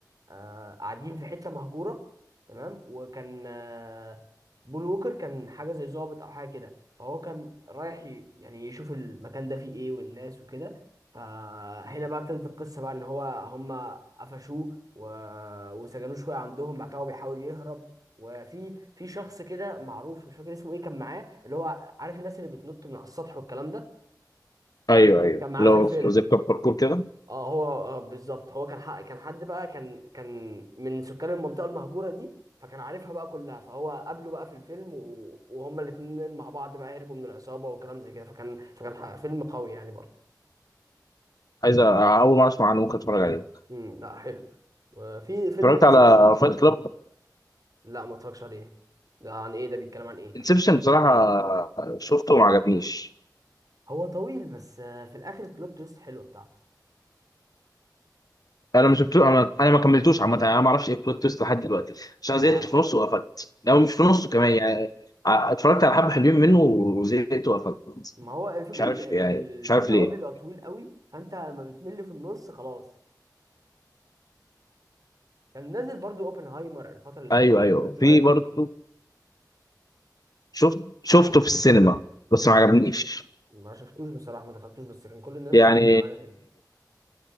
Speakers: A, on the right; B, on the left.
A: آه، قاعدين في حتة مهجورة تمام وكان آه، بول ووكر كان حاجة زي ضابط أو حاجة كده فهو كان رايح ي- يعني يشوف المكان ده فيه إيه والناس وكده فهنا بقى ابتدت القصة بقى إن هو هما قفشوه و... وسجنوه شوية عندهم بعد كده هو بيحاول يهرب وفي في شخص كده معروف مش فاكر اسمه إيه كان معاه اللي هو عارف الناس اللي بتنط من على السطح والكلام ده
B: ايوه ايوه
A: كان معاه
B: لو
A: في الفيلم
B: زي كلاب باركور
A: آه.
B: كده
A: اه هو آه بالظبط هو كان حق كان حد بقى كان كان من سكان المنطقه المهجوره دي فكان عارفها بقى كلها فهو قابله بقى في الفيلم و... وهما الاتنين مع بعض بقى هربوا من العصابه وكلام زي كده فكان فكان ح- فيلم قوي يعني برضه
B: عايز أ- اول مره اسمع عنه ممكن اتفرج عليه
A: امم لا حلو وفي فيلم
B: اتفرجت
A: انسبشن
B: على
A: برضه
B: فايت كلاب
A: لا ما اتفرجش عليه ده عن ايه ده بيتكلم عن ايه
B: انسبشن بصراحه شفته وما عجبنيش
A: هو طويل بس آه، في الاخر البلوت تويست حلوه بتاعته
B: انا ما شفتوش انا انا ما كملتوش عامه انا ما اعرفش ايه البلوت تويست لحد دلوقتي عشان
A: اه
B: زهقت في نصه وقفلت لو مش في نصه كمان يعني ع- اتفرجت على حبه حلوين منه وزهقت وقفلت
A: ما هو الفكره
B: مش عارف
A: ان الفيلم
B: يعني مش عارف ليه
A: اوقات بيبقى طويل قوي فانت لما بتمل في النص خلاص كان نازل برضو اوبنهايمر الفترة اللي
B: ايوه
A: فاتت كانت
B: ايوه
A: الناس بتقول
B: في
A: عليه حلو
B: برضه شفت شفته في السينما بس ما عجبنيش
A: ما شفتوش بصراحة ما دخلتوش بس كان كل الناس
B: يعني
A: بتتكلم عليه حلو